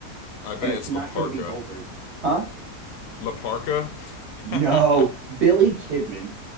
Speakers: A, on the left; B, on the right.
A: I bet
B: and it's
A: it's
B: not
A: Laparca.
B: going to be Goldberg, huh?
A: Laparca?
B: No,
A: <laughs>
B: Billy Kidman.